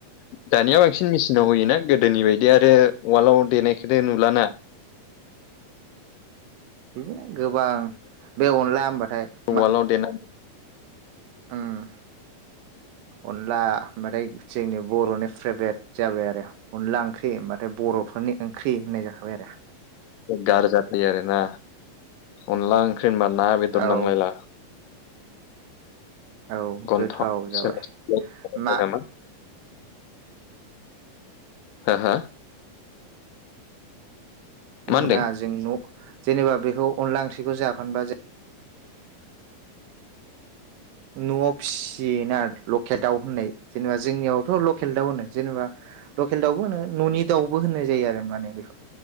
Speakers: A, on the left; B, on the right.
A: दानिया बांसिन मेचनाव होयो ना गोदोनि बायदि आरो वालाव देनायखो दे नुला ना?
B: ग <unintelligible> गोबां बे अनला होमबाथाय
A: उवालाव
B: मा
A: देना
B: ओम अनला ओमबाथाय जोंनि बर'नि फ्रेभरेट जाबाय आरो अनला ओं ओंख्रि होमबाथाय बर'फोरनि ख्रि होननाय जाखाबाय आरो।
A: गारजाथै आरोना अनला ओंख्रि जेनबा ना
B: आरो
A: बेदर नांलायला।
B: औ
A: गन्थं
B: गोथाव जाबाय
A: सोला सोलि होनो
B: मा
A: नामा हो हो? मा
B: नुनाजों
A: होनदों
B: न जेनेबा बेखौ अनला ओंख्रिखौ जा फानबा जे न'आव फिसियोना लकेल दाउ होननाय जेनेबा जोंनियावथ' लकेल दाउ होनो जेनेबा लकेल दाउबो होनो न'नि दाउबो होननाय जायो आरो माने बे